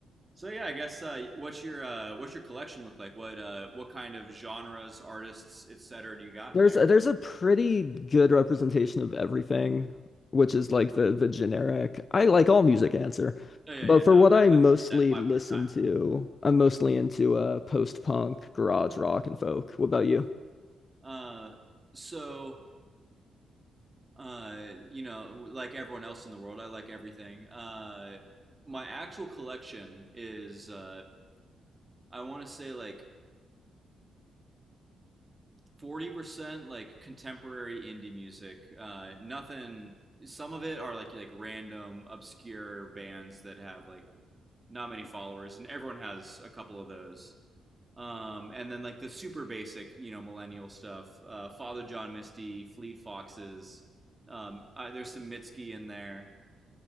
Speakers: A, on the right; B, on the left.
A: So yeah, I guess uh, what's your uh, what's your collection look like? What uh, what kind of genres, artists, etc. do you got
B: There's
A: in there?
B: a, there's a pretty good representation of everything, which is like the the generic. I like all music answer,
A: Oh, yeah,
B: but
A: yeah,
B: for
A: no,
B: what
A: I, I've
B: I mostly
A: said that 500
B: listen
A: times.
B: to, I'm mostly into uh post-punk, garage rock, and folk. What about you?
A: Uh, so uh, you know, like everyone else in the world, I like everything. Uh, my actual collection is uh, I want to say like forty percent like contemporary indie music. Uh, nothing. Some of it are like like random obscure bands that have like not many followers, and everyone has a couple of those. Um, and then like the super basic, you know, millennial stuff. Uh, Father John Misty, Fleet Foxes. Um, I, there's some Mitski in there.